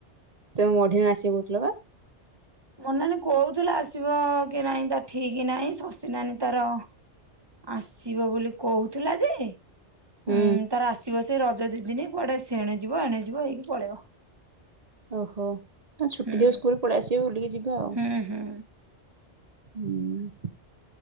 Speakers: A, on the right; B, on the right.
A: ତମେ <unintelligible> ଆସିିବ କହୁଥିଲ ବା?
B: ବଡ ନାନୀ କହୁଥିଲା ଆସିବ କି ନାଇଁ ତା ଠିକି ନାଇଁ ଶସି ନାନୀ ତାର ଆସିବ ବୋଲି କହୁଥିଲା ଯେ
A: ହୁଁ।
B: ଉଁ ତାର ଆସିବ ସେଇ ରଜ ଦି ଦିନି କୁଆଡେ ସେଣେ ଯିବ ଏଣେଯିବ ହେଇକି ପଳେଇବ।
A: ଓହୋ ଆ ଛୁଟି
B: ହୁଁ
A: ଥିବ ସ୍କୁଲ୍ ରେ ପଳେଇ ଆସିବେ ବୁଲିକି ଯିବେ ଆଉ।
B: ହୁଁ ହୁଁ
A: ହୁଁ।